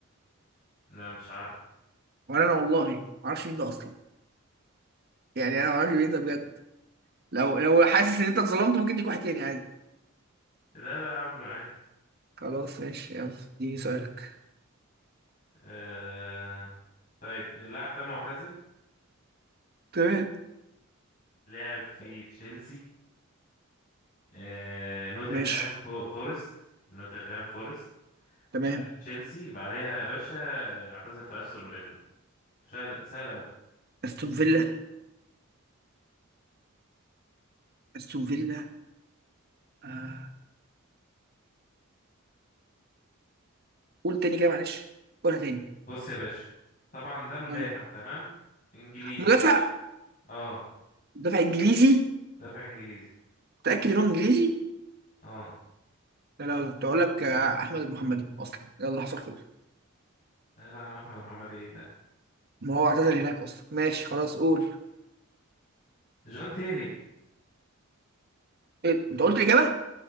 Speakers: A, on the left; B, on the right.
A: لا مش عارفه
B: وانا أنا والله ما اعرفش مين ده اصلا يعني انا ما اعرفش مين ده بجد لو لو حاسس ان انت اتظلمت ممكن تيجي واحد تاني عادي
A: لا لا يا عم عادي
B: خلاص ماشي يلا اديني سؤالك
A: آه طيب اللاعب ده معتزل
B: تمام
A: لعب في تشيلسي آه، نوتنغهام
B: ماشي
A: فو- فورست نوتنغهام فورست
B: تمام
A: بعد تشيلسي بعدها يا باشا آه، اعتزل في استون فيلا سهل سهل أوي
B: استون فيلا استون فيلا آه. قول تاني كده معلش قولها تاني
A: بص يا باشا طبعا ده مدافع
B: آه.
A: تمام انجليزي
B: مدافع
A: اه
B: مدافع انجليزي
A: دافع انجليزي
B: متأكد ان هو انجليزي
A: اه
B: لا لا لا، كنت اقول لك آه، احمد المحمدي اصلا يلا حصل خير
A: لا لا يا عم احمد محمد ايه لا
B: ما هو اعتزل هناك اصلا ماشي خلاص قول
A: جون تيري
B: إيه؟ انت قلت الاجابه